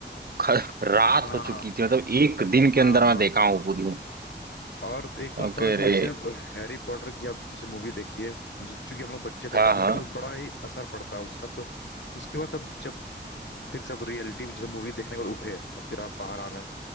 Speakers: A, on the right; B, on the left.
A: ख- रात
B: हाँ
A: हो चुकी थी मतलब एक दिन के
B: हाँ
A: अंदर
B: हाँ
A: मैं देखा हूँ पूरी
B: और एक बात
A: ओके
B: और कि जैसे
A: रे
B: हैरी पॉटर की आप जैसे मूवी देखिए जो- चूंकि हम लोग बच्चे थे
A: हाँ
B: तो हम लोग
A: हाँ
B: को बड़ा ही असर पड़ता है उसका तो उसके बाद अब जब फिर सब रियलिटी में जैसे मूवी देखने के बाद उठे और फिर आप बाहर आ रहे हैं